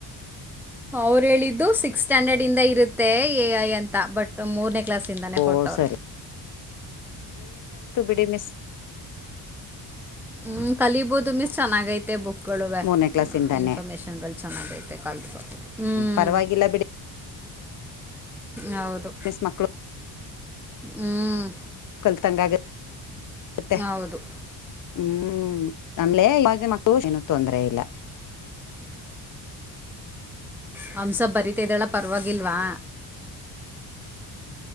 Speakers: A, in the centre; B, on the left.
A: ಅವ್ರು ಹೇಳಿದ್ದು ಸಿಕ್ಸ್ ಸ್ಟ್ಯಾಂಡರ್ಡ್ ಇಂದ ಇರುತ್ತೆ ಎಐ ಅಂತ ಬಟ್ ಮೂರನೇ ಕ್ಲಸ್ಿಂದಾನೇ
B: ಓ
A: ಕೊಟ್ಟವರು
B: ಸರಿ ಬಿಡ ಮಿಸ
A: ಹ್ಮ್ ಕಲಬೋದು ಮೀಸ್ ಚೆನ್ನಾಗೈತೆ ಬುಕ್ಗಳುುವೆ
B: ಮೂರನೇ ಕ್ಲಾಸ್ಇಂದಾನೇ
A: ಇನ್ಫರ್ಮೇಶನ್ಗಳು ಚೆನ್ನಾಗೈತೆ ಕಲ್ತ್ ಹ್ಮ್
B: ಪರವಾಗಿಲ್ಲ ಬಿಡಿ
A: ಹೌದು
B: ಮಿಸ್ ಮಕ್ಕಳು
A: ಹ್ಮ್
B: ಕಲ್ತಂಗ ಆಗತ್ತೆ ಮತ್ತ
A: ಹೌದು
B: ಹ್ಮ್ ನಮಲೆ ಮಕ್ಕಳುನ ತೊಂದರೆ ಇಲ್ಲ
A: ಹಂಸ ಬರೀತ್ದಳ ಪರವಾಗಿಲ್ವಾ